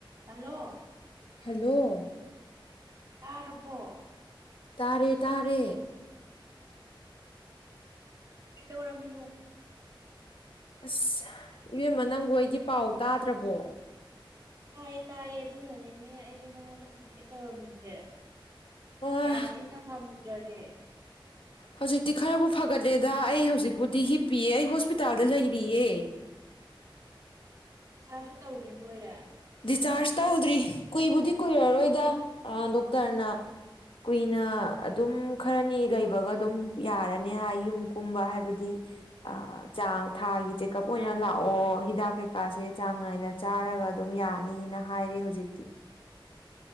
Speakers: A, on the right; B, on the left.
A: Hello
B: hello
A: ꯇꯥꯔꯔꯕꯣ
B: ꯇꯥꯔꯦ ꯇꯥꯔꯦ
A: ꯑꯁ ꯀꯩꯗꯧꯔꯝꯃꯤꯅꯣ
B: ꯑꯁ ꯏꯕꯦꯝꯃꯅꯪꯕꯨ ꯑꯩꯒꯤ ꯄꯥꯎ ꯇꯥꯗ꯭ꯔꯕꯣ
A: ꯇꯥꯏꯌꯦ ꯇꯥꯏꯌꯦ ꯑꯗꯨꯅꯅꯤꯅꯦ ꯑꯩꯁꯨ ꯅꯪꯉꯣꯟꯗ ꯍꯪꯉꯛꯀꯦ ꯇꯧꯔꯝꯃꯤꯅꯦꯍꯦ
B: ꯑ
A: ꯀꯌꯥꯝ ꯊꯤꯅ ꯉꯝꯃꯨ ꯔꯒꯦ
B: ꯍꯧꯖꯤꯛꯇꯤ ꯈꯔꯕꯨ ꯐꯒꯠꯂꯦꯗ ꯑꯩ ꯍꯧꯖꯤꯛꯄꯨꯗꯤ ꯍꯤꯞꯄꯤꯌꯦ ꯑꯩ ꯍꯣꯁꯄꯤꯇꯥꯜꯗ ꯂꯩꯔꯤꯌꯦ
A: ꯆꯥꯔꯁꯨ ꯇꯧꯗ꯭ꯔꯤꯕ ꯑꯣꯏꯔꯦ
B: ꯗꯤꯆꯥꯔꯖ ꯇꯧꯗ꯭ꯔꯤ ꯀꯨꯏꯕꯨꯗꯤ ꯀꯨꯏꯔꯔꯣꯏꯗ ꯗꯣꯛꯇꯔꯅ ꯀꯨꯏꯅ ꯑꯗꯨꯝ ꯈꯔꯅꯤ ꯂꯩꯕꯒ ꯑꯗꯨꯝ ꯈꯔꯅꯤ ꯌꯔꯅꯤ ꯍꯥꯏ ꯌꯨꯝ ꯀꯨꯝꯕ ꯍꯥꯏꯕꯗꯤ ꯆꯥꯡ ꯊꯥꯒꯤ ꯆꯦꯛꯑꯞ ꯑꯣꯏꯅ ꯂꯥꯛꯑꯣ ꯍꯤꯗꯥꯛ ꯀꯩꯀꯥꯁꯦ ꯆꯥꯡ ꯅꯥꯏꯅ ꯆꯥꯔꯒ ꯑꯗꯨꯝ ꯌꯥꯅꯤꯅ ꯍꯥꯏꯔꯦ ꯍꯧꯖꯤꯛꯇꯤ